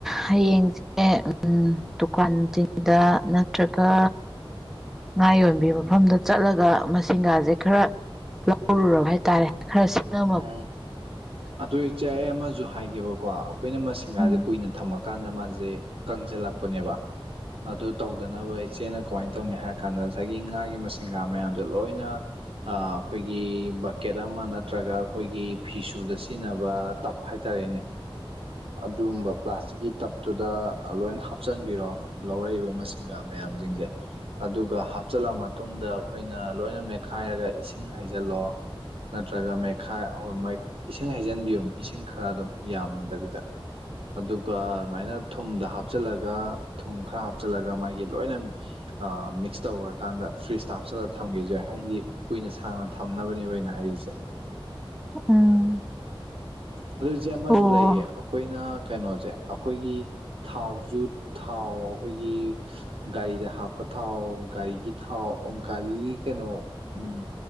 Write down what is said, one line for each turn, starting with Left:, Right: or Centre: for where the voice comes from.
Centre: ꯍꯌꯦꯡꯖꯦ ꯑꯦ ꯎꯝ ꯗꯨꯀꯥꯟꯁꯤꯡꯗ ꯅꯠꯇ꯭ꯔꯒ ꯉꯥ ꯌꯣꯟꯕꯤ ꯃꯐꯝꯗ ꯆꯠꯂꯒ ꯃꯁꯤꯡꯒꯥꯁꯦ ꯈꯔ ꯂꯧꯔꯨꯔꯕ ꯍꯥꯏꯇꯥꯔꯦ ꯈꯔꯁꯤꯡꯉꯝ
Right: ꯑ ꯑꯗꯨ ꯏꯆꯦ ꯑꯩ ꯑꯃꯁꯨ ꯍꯥꯏꯒꯦꯕꯀꯣ ꯑꯩꯈꯣꯏꯅ ꯃꯁꯤꯡꯒꯥꯁꯦ
Centre: ꯎꯝ
Right: ꯀꯨꯏꯅ ꯊꯝꯃꯛ ꯀꯥꯟꯗ ꯃꯥꯁꯦ ꯀꯪꯖꯜꯂꯛꯄꯅꯦꯕ ꯑꯗꯨ ꯇꯧꯗꯅꯕ ꯏꯆꯦꯅ ꯀꯃꯥꯏꯅ ꯇꯧꯅꯤ ꯍꯥꯏꯔ ꯀꯥꯟꯗ ꯉꯁꯥꯏꯒꯤ ꯉꯥꯒꯤ ꯃꯁꯤꯡꯒꯥ ꯃꯌꯥꯝꯁꯦ ꯂꯣꯏꯅ ꯑ ꯑꯩꯈꯣꯏꯒꯤ ꯕꯥꯀꯦꯠ ꯑꯃ ꯅꯠ ꯅꯠꯇ꯭ꯔꯒ ꯑꯩꯈꯣꯏꯒꯤ ꯐꯤꯁꯨꯗ ꯁꯤꯖꯤꯟꯅꯕ ꯇꯞ ꯍꯥꯏꯇꯔꯦꯅꯦ ꯑꯗꯨꯒꯨꯝꯕ ꯄ꯭ꯂꯥꯁꯇꯤꯛꯀꯤ ꯇꯞꯇꯨꯗ ꯑ ꯂꯣꯏ ꯍꯥꯞꯆꯤꯟꯕꯤꯔꯣ ꯂꯧꯔꯛꯏꯕ ꯃꯁꯤꯡꯒꯥ ꯃꯌꯥꯝꯁꯤꯡꯁꯦ ꯑꯗꯨꯒ ꯍꯥꯞꯆꯤꯜꯂ ꯃꯇꯨꯡꯗ ꯑꯩꯈꯣꯏꯅ ꯂꯣꯏꯅ ꯃꯦꯠꯈꯥꯏꯔꯒ ꯏꯁꯤꯡ ꯍꯩꯖꯜꯂꯣ ꯅꯠꯇ꯭ꯔꯒ ꯃꯦꯈꯥ ꯑꯣ ꯃ ꯏꯁꯤꯡ ꯍꯩꯖꯤꯟꯕꯤꯌꯨ ꯏꯁꯤꯡ ꯈꯔ ꯑꯗꯨꯝ ꯌꯥꯝꯗꯕꯤꯗ ꯑꯗꯨꯒ ꯑꯗꯨꯃꯥꯏꯅ ꯊꯨꯝꯗ ꯍꯥꯞꯆꯜꯂꯒ ꯊꯨꯝ ꯈꯔ ꯍꯥꯞꯆꯤꯜꯂꯒ ꯃꯥꯒꯤ ꯂꯣꯏꯅ ꯑꯥ ꯃꯤꯛꯁ ꯇꯧꯈ꯭ꯔꯀꯥꯟꯗ ꯐ꯭ꯔꯤꯖꯇ ꯍꯥꯞꯆꯜꯂꯒ ꯊꯝꯒꯦꯖꯨ ꯌꯥꯏ ꯍꯥꯏꯗꯤ ꯀꯨꯏꯅ ꯁꯥꯡꯅ ꯊꯝꯅꯕꯅꯦꯕ ꯑꯩꯅ ꯍꯥꯏꯔꯤꯁꯦ
Centre: ꯎꯝ
Right: ꯑꯗꯨꯏꯁꯦ ꯑꯃꯁꯨ
Centre: ꯑꯣ
Right: ꯂꯩꯌꯦ ꯑꯩꯈꯣꯏꯅ ꯀꯩꯅꯣꯁꯦ ꯑꯩꯈꯣꯏꯒꯤ ꯊꯥꯎꯖꯨ ꯊꯥꯎ ꯑꯩꯈꯣꯏꯒꯤ ꯒꯥꯔꯤꯗ ꯍꯥꯞꯄ ꯊꯥꯎ ꯒꯥꯔꯤꯒꯤ ꯊꯥꯎ ꯒꯥꯔꯤ ꯀꯩꯅꯣ ꯎꯝ